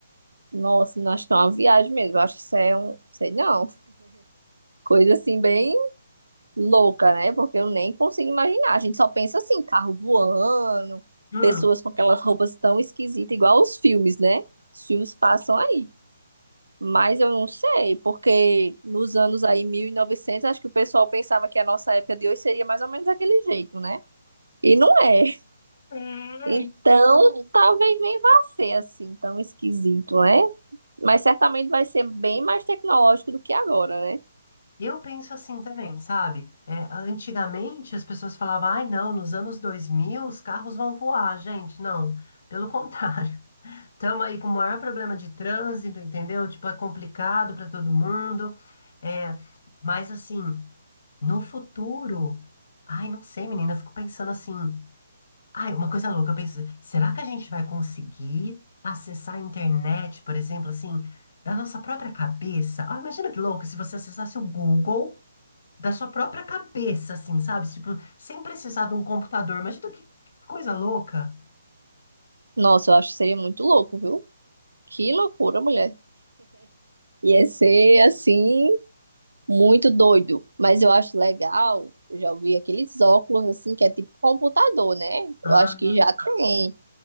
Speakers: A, on the right (about 70°); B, on the left (about 45°).
A: Nossa, não acho que é uma viagem mesmo. Eu acho que isso é um, sei não, coisa assim bem louca, né? Porque eu nem consigo imaginar. A gente só pensa assim, carro voando,
B: Hum,
A: pessoas com aquelas roupas tão esquisitas, igual os filmes, né? Os filmes passam aí. Mas eu não sei, porque nos anos aí 1900 acho que o pessoal pensava que a nossa época de hoje seria mais ou menos daquele jeito, né? E não é.
B: é,
A: Então, talvez nem vá ser assim tão esquisito, né? Mas certamente vai ser bem mais tecnológico do que agora, né?
B: eu penso assim também, sabe? É, antigamente as pessoas falavam, ai não, nos anos 2000 os carros vão voar, gente. Não, pelo contrário. <laughs> Estamos aí com o maior problema de trânsito, entendeu? Tipo, é complicado para todo mundo. É, mas assim, no futuro, ai, não sei, menina, eu fico pensando assim. Ai, uma coisa louca, eu penso, assim, será que a gente vai conseguir acessar a internet, por exemplo, assim, da nossa própria cabeça? Ah, imagina que louco se você acessasse o Google da sua própria cabeça, assim, sabe? Tipo, sem precisar de um computador. Imagina que que coisa louca.
A: Nossa, eu acho que seria muito louco, viu? Que loucura, mulher. Ia ser assim, muito doido. Mas eu acho legal. Eu já ouvi aqueles óculos assim, que é tipo computador, né? Eu
B: Ah,
A: acho que já tem.